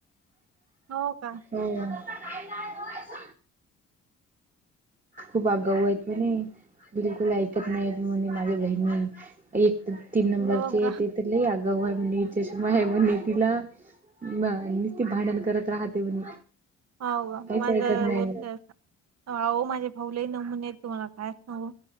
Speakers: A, on the right; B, on the right.
A: हो का.
B: हो. खूप आगाऊ आहेत म्हणे, बिलकुल ऐकत नाही म्हणे माझ्या बहिणी. एक तर तीन नंबरचे
A: हो का
B: आहे ती तर लै, आगाऊ आहे म्हणे चषमा आहे म्हणे तिला. म.. निस्त भांडण करत राहते म्हणे.
A: हो
B: काहीच
A: माझ
B: ऐकत नाही
A: बोलते असं, माझे भाऊ लै नमूने हायत. तुम्हाला काय सांगू,